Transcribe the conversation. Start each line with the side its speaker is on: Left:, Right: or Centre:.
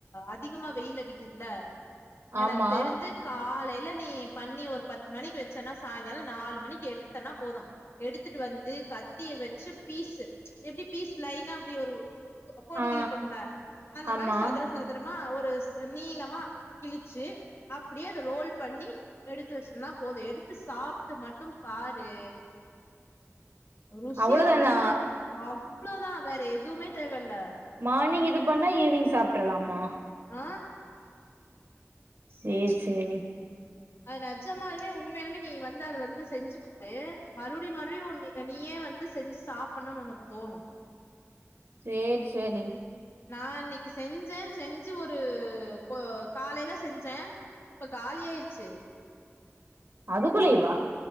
Left: அதிகமா வெயில் அடிக்குதுல எனக்கு
Right: ஆமா
Left: தெரிஞ்சு காலைல நீ பண்ணி ஒரு பத்து மணிக்கு வச்சன்னா சாய்ங்கால நாலு மணிக்கு எடுத்தனா போது எடுத்துட்டு வந்து கத்திய வச்சு பீஸ்ஸு ச் எப்டி பீஸ் லைனா அப்டி வரு கோடு
Right: ஆ
Left: கிளிப்போம்ல அந்த
Right: ஆமா
Left: மாதிரி சதுர சதுரமா ஒரு நீளமா கிழிச்சு அப்டியே அத ரோல் பண்ணி எடுத்து வச்ட்டோனா போது எடுத்து சாப்ட்டு மட்டும் பாரு ருசி
Right: அவ்ளோதானா
Left: அவ்ளோ அவ்ளோதா வேற எதுவுமே தேவல
Right: மார்னிங் இது பண்ணா ஈவினிங் சாப்ட்றாலாமா
Left: ஆ
Right: சேரி சேரி
Left: அது நெஜமாலுமே உண்மௌயாலுமே நீ வந்து அத வந்து செஞ்சு பாரு மறுபடி மறுபடி நீ நீயே வந்து செஞ்சு சாப்ட்ணும்னு உனக்கு தோணும்
Right: சரி சரி
Left: நா இன்னைக்கு செஞ்சே செஞ்சு ஒரு கோ காலைல செஞ்சே இப்ப காலியாயிறுச்சு
Right: அதுக்குள்ளியேவா